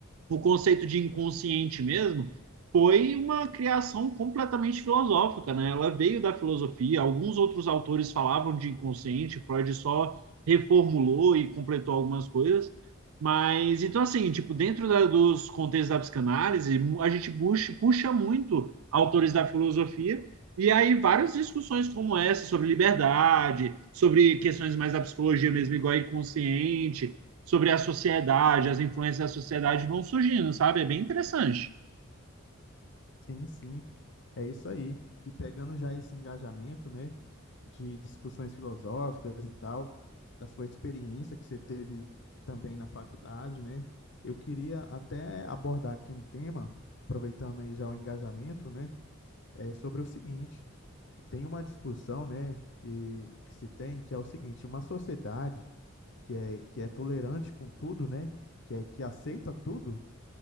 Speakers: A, on the right; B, on the left.
A: o conceito de inconsciente mesmo foi uma criação completamente filosófica, né? Ela veio da filosofia. Alguns outros autores falavam de inconsciente, Freud só reformulou e completou algumas coisas. Mas então assim, tipo, dentro da- dos contextos da psicanálise, a gente puxa, puxa muito autores da filosofia e aí várias discussões como essa sobre liberdade, sobre questões mais da psicologia mesmo, igual inconsciente, sobre a sociedade, as influências da sociedade vão surgindo, sabe? É bem interessante.
B: Sim, sim, é isso aí. E pegando já esse engajamento, né, de discussões filosóficas e tal, da sua experiência que você teve também na faculdade, né, eu queria até abordar aqui um tema, aproveitando aí já o engajamento, né, é sobre o seguinte: tem uma discussão, né, e que se tem, que é o seguinte, uma sociedade que é, que é tolerante com tudo, né, que é que aceita tudo